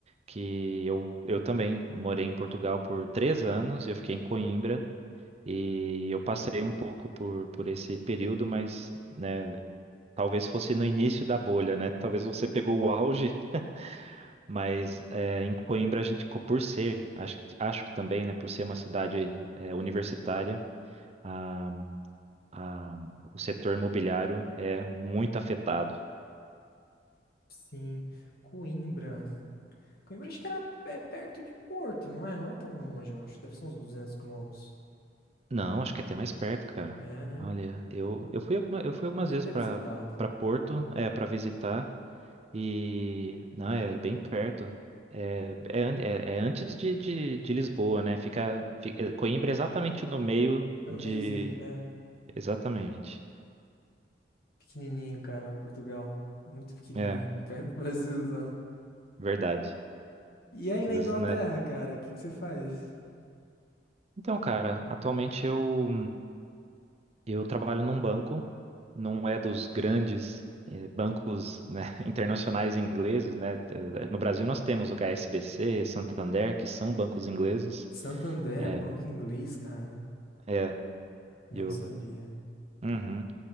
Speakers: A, on the right; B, on the left.
A: Que eu, eu também morei em Portugal por três anos e eu fiquei em Coimbra. E eu passei um pouco por, por esse período, mas né, talvez fosse no início da bolha, né? Talvez você pegou o auge, mas é, em Coimbra a gente, co- por ser, acho, acho que também, né, por ser uma cidade é, universitária, a, a, o setor imobiliário é muito afetado.
B: Sim. Coimbra. Coimbra acho que era é, perto de Porto, não é? Não é tão longe, eu acho. Deve ser uns duzentos quilômetros.
A: Não, acho que é até mais perto, cara.
B: É, né?
A: Olha, eu, eu fui alguma, eu fui algumas
B: Queria
A: vezes
B: ter
A: para
B: visitado.
A: para Porto, é, para visitar. E não, é bem perto. É, é, an- é- é antes de, de, de Lisboa, né? Fica, fi- é, Coimbra
B: Uhum.
A: é exatamente no meio
B: Fica no
A: de.
B: meiozinho, é.
A: Exatamente.
B: Pequenininho, cara, Portugal. Muito pequenininho.
A: É,
B: <laughs> Perto do Brasilzão.
A: verdade.
B: E aí na
A: Às vezes,
B: Inglaterra,
A: né?
B: cara, o que que você faz?
A: Então, cara, atualmente eu, eu trabalho num banco, não é dos grandes é, bancos, né, <laughs> internacionais ingleses, né? É, é, No Brasil nós temos o H S B C Santander, que são bancos ingleses.
B: Santander
A: É,
B: é banco inglês, cara?
A: é.
B: Não
A: E eu.
B: sabia.
A: Uhum.